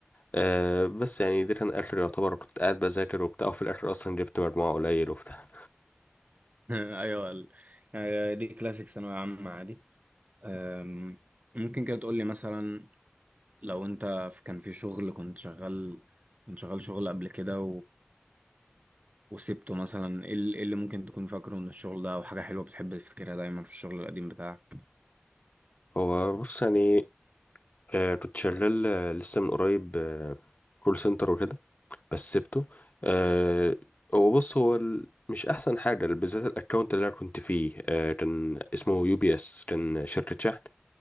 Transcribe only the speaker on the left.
أه بس يعني ده كان اخر يعتبر كنت قاعد بذاكر وبتاع وفي الاخر اصلا جبت مجموعة قليل وبتاع
هو بص يعني أه كنت شغال آه، لسه من قريب آه، كول سنتر وكده بس سبته أه هو بص هو ال... مش احسن حاجه بالذات الاكونت اللي انا كنت فيه أه كان اسمه يو بي اس كان شركه شحن